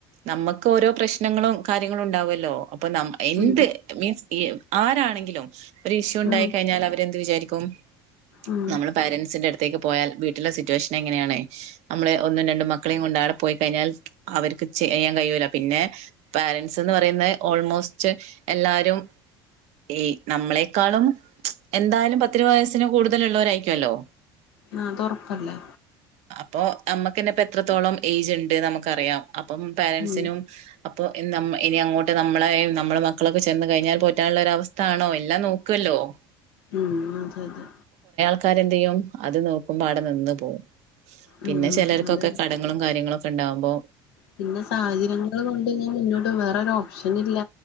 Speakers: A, on the right (about 60°); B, on the left (about 80°).
A: നമ്മക്ക് ഓരോ പ്രശ്നങ്ങളും കാര്യങ്ങളും ഉണ്ടാവല്ലോ ഇപ്പ നാം എന്ത്
B: ഉം
A: മീൻസ് ഈ ആരാണെങ്കിലും ഒരു ഇഷ്യൂണ്ടായി
B: ഉം
A: കഴിഞ്ഞാ അവരെന്ത് വിചാരി ക്കും
B: ഉം
A: നമ്മള് പേരെന്റ്സിന്റെ അട്ത്തേക്ക് പോയാൽ വീട്ടിലെ സിറ്റുവേഷൻ എങ്ങനെയാണ് നമ്മള് ഒന്നും രണ്ടും മക്കളേം കൊണ്ട് ആടെ പോയി കഴിഞ്ഞാൽ അവര്ക്ക് ചെയ്യാൻ കഴിയൂല പിന്നെ പേരെന്റ്സ്ന്ന് പറയുന്നെ ഓൾമോസ്റ്റ് എല്ലാരും ഈ നമ്മളെക്കാളും എന്തായാലും പ ഒത്തിരി വയസ്സിന് കൂടുതല് ഇള്ളോരായിരിക്കുവല്ലോ
B: ആഹ് അതൊറപ്പല്ലേ
A: അപ്പൊ അമ്മക്കന്നെ ഇപ്പെത്രത്തോളം ഏജ്ണ്ട് നമ്മക്കറിയാ അപ്പം പേരെന്റസിനും
B: ഉം
A: അ പ്പോ ഇന്ന് അമ് ഇനി അങ്ങോട്ട് നമ്മളെയും നമ്മുടെ മക്കളൊക്കെ ചെന്ന് കഴിഞ്ഞാല് പോറ്റാനുള്ള ഒരവസ്ഥാണോ എല്ലാം നോക്കൊല്ലോ ഓഹ്
B: ഉം അതെ അതെ
A: ആൾക്കാര് എന്ത് ചെയ്യും അത് നോക്കുമ്പോ അവിടെ നിന്ന്‌ പോകും പിന്നെ
B: ഉം ഉം
A: ചിലർക്കൊക്കെ
B: അതെ
A: കടങ്ങളും കാര്യങ്ങളും ഇണ്ടാവുമ്പോ
B: പിന്നെ സാഹചര്യങ്ങള് കൊണ്ട് ഞാൻ മുന്നോട്ട് വേറെ ഓപ്ഷൻ ഇല്ല